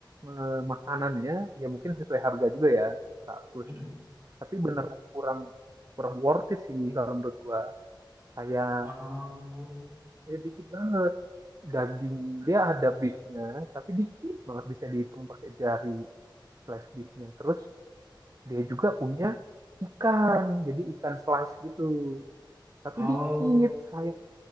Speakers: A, on the right; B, on the right.
A: eh, makanannya ya mungkin sesuai harga juga ya 100
B: mm-mm.
A: tapi beneran kurang kurang worth it sih kalau menurut gua kayak
B: Um,
A: ya dikit banget daging dia ada beefnya tapi dikit banget bisa dihitung pakai jari slice beefnya terus dia juga punya ikan jadi ikan slice gitu tapi
B: oh,
A: dikit sayang